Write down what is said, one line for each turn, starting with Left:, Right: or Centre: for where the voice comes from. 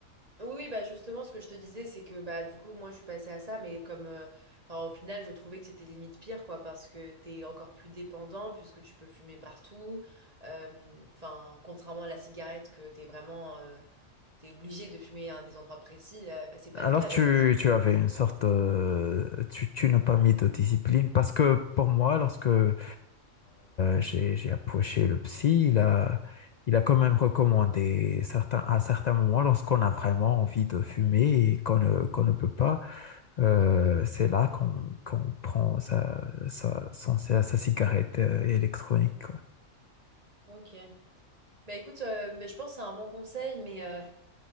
Right: Oui, oui, bah justement, ce que je te disais, c'est que bah du coup, moi, je suis passée à ça, mais comme, euh, enfin, au final, je trouvais que c'était limite pire, quoi, parce que t'es encore plus dépendant puisque tu peux fumer partout. Euh, Enfin, contrairement à la cigarette, que t'es vraiment, euh, t'es obligé de fumer à des endroits précis, là, c'est pas
Left: Alors
Right: le cas
Left: tu,
Right: avec la cigarette.
Left: tu avais une sorte, euh, tu, tu n'as pas mis de discipline parce que pour moi, lorsque euh, j'ai, j'ai approché le psy, il a, il a quand même recommandé certains, à certains moments, lorsqu'on a vraiment envie de fumer et qu'on ne, qu'on ne peut pas, Euh, c'est là qu'on qu'on prend sa, sa, son- sa, sa cigarette euh, électronique, quoi.
Right: Ok. Bah écoute, euh, mais je pense que c'est un bon conseil, mais, euh,